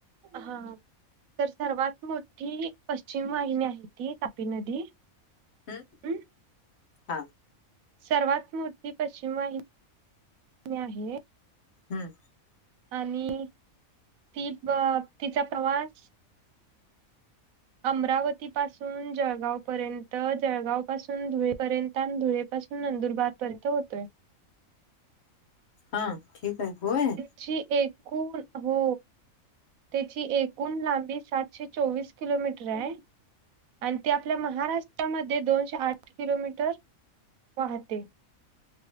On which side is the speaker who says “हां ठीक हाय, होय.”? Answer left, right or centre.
Left